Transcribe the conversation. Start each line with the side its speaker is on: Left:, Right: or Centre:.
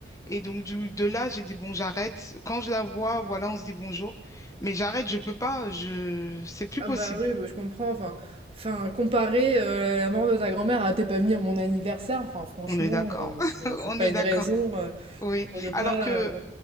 Left: Et donc, du, de là, j'ai dit, bon, j'arrête. Quand je la vois, voilà, on se dit bonjour. Mais j'arrête, je peux pas, je,
Right: <laughs>
Left: c'est plus
Right: ah
Left: possible.
Right: bah, oui, bah, je comprends, enfin enfin comparer, heu, la mort de ta grand-mère à «Tu pas venu à mon anniversaire», enfin franchement,
Left: On est d'accord.
Right: heu,
Left: <laughs>
Right: c'est c'est
Left: On
Right: pas
Left: est
Right: une
Left: d'accord.
Right: raison, heu,
Left: Oui.
Right: pour ne pas,
Left: Alors que,
Right: heu